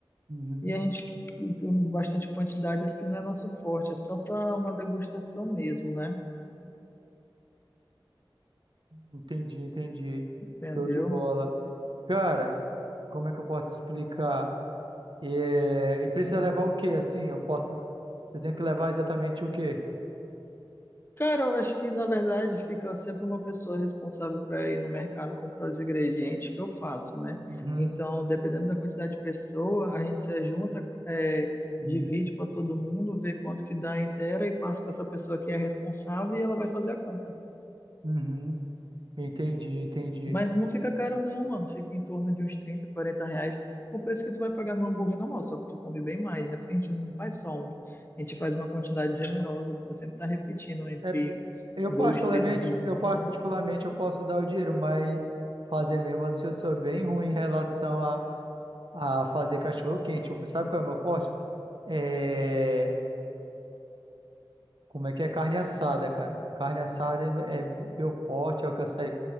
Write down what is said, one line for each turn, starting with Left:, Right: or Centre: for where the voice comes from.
Right: Uhum,
Left: e a gente, e bastante quantidade, assim, não é nosso forte, é só para uma degustação mesmo, né?
Right: entendi, entendi.
Left: Entendeu?
Right: Show de bola. Cara, como é que eu posso te explicar? É, e precisa
Left: É.
Right: levar o quê? Assim, eu posso, eu tenho que levar exatamente o quê?
Left: Cara, eu acho que na verdade fica sempre uma pessoa responsável para ir no mercado comprar os ingredientes que eu faço, né?
Right: Uhum,
Left: Então, dependendo da quantidade de pessoa, a gente se junta, é,
Right: uhum,
Left: divide para todo mundo, vê quanto que dá inteira e passa para essa pessoa que é responsável e ela vai fazer a compra.
Right: uhum. entendi, entendi.
Left: Mas não fica caro não, mano. Fica em torno de uns 30, 40 reais o preço que tu vai pagar no hambúrguer normal, só que tu come bem mais, né? Porque a gente não faz só um, a gente faz uma quantidade generosa para sempre estar repetindo entre
Right: É, porque eu
Left: dois,
Right: particularmente,
Left: três hambúrgueres,
Right: eu particularmente
Left: entendeu?
Right: eu posso dar o dinheiro, mas fazer mesmo assim, eu sou bem ruim em relação a, a fazer cachorro quente. Sabe qual é o meu forte? É, como é que é carne assada, cara? Carne assada é, é meu forte, é o que eu sei,